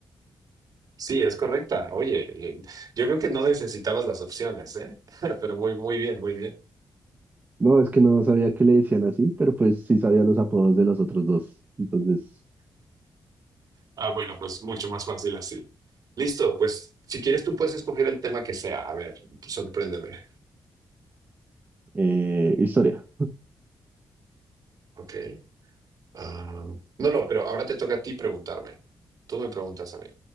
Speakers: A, on the right; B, on the right.
A: Sí, es correcta. Oye, eh, yo creo que no necesitabas las opciones, ¿eh? <laughs> Pero muy, muy bien, muy bien.
B: No, es que no sabía que le decían así, pero pues sí sabía los apodos de los otros dos. Entonces,
A: Ah, bueno, pues mucho más fácil así. Listo, pues si quieres tú puedes escoger el tema que sea. A ver, sorpréndeme.
B: eh, historia.
A: Ok. Ah, no, no, pero ahora te toca a ti preguntarme. Tú me preguntas a mí,